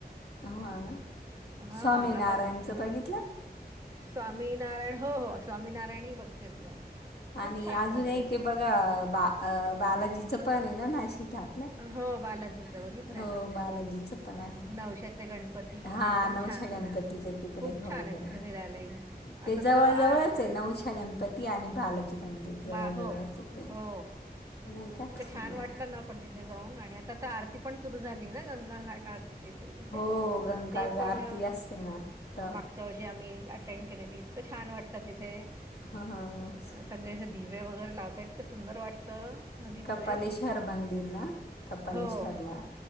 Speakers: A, on the left; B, on the right.
A: हो आगा
B: हा
A: स्वामीनारायणच
B: आता
A: बघितलय?
B: स्वामीनारायण हो हो स्वामीनारायण ही बघ फिरलो आम्ही. खूप
A: आणि
B: छान
A: अजून
B: बांधलंय
A: एक
B: ते
A: आहे बघा
B: पण
A: बा अ बालाजीचं पण आहे ना नाशिक त्यावआपल्या आहे
B: हो बालाजीचं बघितलंय
A: हो
B: ना
A: बालाजीचं पण आहे.
B: नवशाचे गणपती
A: हा
B: ते पण
A: नवशा
B: छान
A: गणपतीच्या तिकडे
B: खूप
A: हो
B: छान आहे
A: बरोबर
B: तिथे फिरायलाही आता
A: ते जवळ
B: तर आर
A: जवळच च नऊच्या गणपती आणि बाल बंडी जवळ
B: बा हो
A: जवळच येते
B: हो
A: नाही का
B: इतकं
A: हा.
B: छान वाटलं ना पण तिथे जाऊन आणि आता तर आरती पण सुरु झाली ना गंगा घाट आरती. ते काहीतरी तिथे
A: हो गंगा
B: ते पण
A: आरती असते ना तर
B: माग च्या वर्षी आम्ही अटेंड केलेली इतकं छान वाटलं तिथे.
A: हा हा च
B: सगळे असे दिवे वगैर लावता सुंदर वाट तर नदीमध्ये
A: कपालेश्वर मंदिर ना कपालेश्वरला
B: हो.